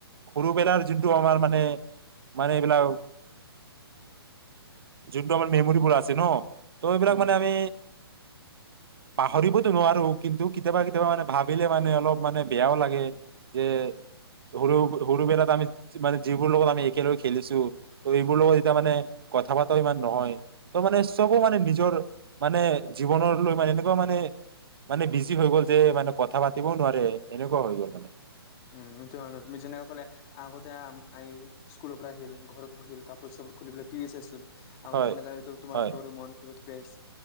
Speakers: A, on the right; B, on the left.
A: সৰুবেলাৰ যোনটো আমাৰ মানে, মানে এইবিলাক, যোনটো আমাৰ মেমৰিবোৰ আছে ন ত' এইবিলাক
B: উম
A: মানে আমি পাহৰিবতো নোৱাৰো কিন্তু কেতিয়াবা কেতিয়াবা মানে ভাবিলে মানে অলপ মানে বেয়াও লাগে, যে সৰু সৰুবেলাত আমি মানে যিবোৰ লগত আমি একেলগে খেলিছো ত এইবোৰ লগত যেতিয়া মানে কথা পতাও ইমান নহয়, ত মানে চবো মানে নিজৰ মানে জীৱন লৈ মানে এনেকুৱা মানে মানে বিজি হৈ গ'ল যে মানে কথা পাতিবও নোৱাৰে এনেকুৱা হৈ গ'ল মানে।
B: উম, তুমি যেনেকে ক'লে আগতে স্কুলৰ পৰা আহিল ঘৰত বহিল, কাপোৰ চাপোৰ খুলি পেলাই টিভি চাইছিল আগতে
A: হয়
B: যেনেকে তোমাৰ
A: হয়
B: দৰিমন কিবা কি বেছ